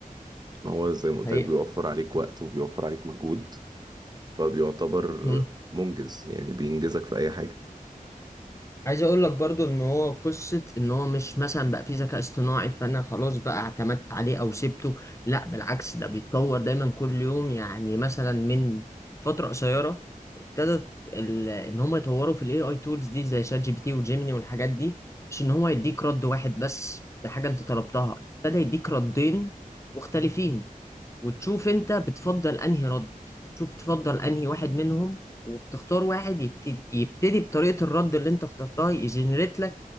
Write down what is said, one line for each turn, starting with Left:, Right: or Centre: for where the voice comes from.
Right: هو زي ما قلت
Left: حقيقة
Right: لك بيوفر عليك وقت وبيوفر عليك مجهود فبيعتبر
Left: مم.
Right: منجز يعني بينجزك في اي حاجة
Left: عايز اقول لك برضو ان هو قصة ان هو مش مثلا بقى فيه ذكاء اصطناعي فانا خلاص بقى اعتمدت عليه او سبته لا بالعكس ده بيتطور دايما كل يوم يعني مثلا من فترة قصيرة ابتدت ال- ان هم يطوروا في الاي اي تولز دي زي شات جي بي تي وجيميني والحاجات دي مش ان هو يديك رد واحد بس ده حاجة انت طلبتها ابتدى يديك ردين مختلفين وتشوف انت بتفضل انهي رد تشوف تفضل انهي واحد منهم وبتختار واحد يبتدي يبتدي بطريقة الرد اللي انت اخترتها يجنريت لك